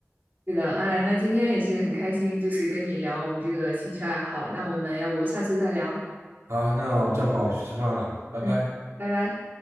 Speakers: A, on the right (about 45°); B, on the right (about 80°).
A: 是的。哎，那今天也是很开心，就是跟你聊我们这个兴趣爱好。那我们要不下次再聊？
B: 好，那我正好去吃饭了，拜拜。
A: 嗯，拜拜。